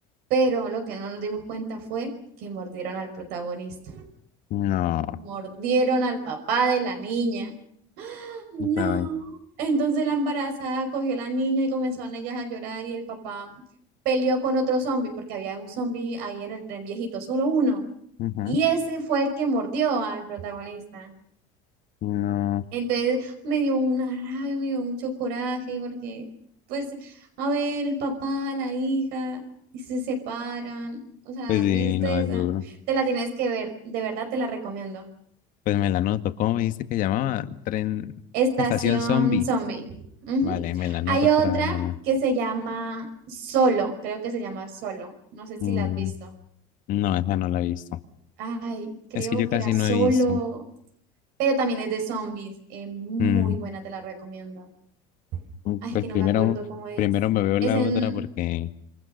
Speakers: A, on the right; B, on the left.
A: pero lo que no nos dimos cuenta fue que mordieron al protagonista.
B: No,
A: Mordieron al papá de la niña. No.
B: claro.
A: Entonces la embarazada cogió a la niña y comenzaron ellas a llorar y el papá peleó con otro zombie porque había un zombie ahí en el tren viejito, solo uno.
B: ujú,
A: Y ese fue el que mordió al protagonista.
B: No,
A: Entonces me dio una rabia, me dio mucho coraje porque, pues, a ver, el papá, la hija, y se separan, o sea,
B: pues sí,
A: tristeza.
B: no es duro.
A: Te la tienes que ver, de verdad te la recomiendo.
B: Pues me la noto. ¿Cómo me dice que llamaba? Tren,
A: Estación
B: estación zombie.
A: Zombie. Ujú.
B: Vale, me la noto
A: Hay otra
B: por haberla.
A: que se llama Solo, creo que se llama Solo. No sé si
B: Mm,
A: la has visto.
B: no, esa no la he visto.
A: Ay, creo
B: Es que yo
A: que
B: casi
A: era Solo,
B: no he visto.
A: pero también es de zombies. eh, muy
B: Mm,
A: buena, te la recomiendo.
B: mm,
A: Ay, es
B: pues
A: que
B: primero,
A: no me acuerdo cómo es.
B: primero me veo la
A: Es en...
B: otra porque.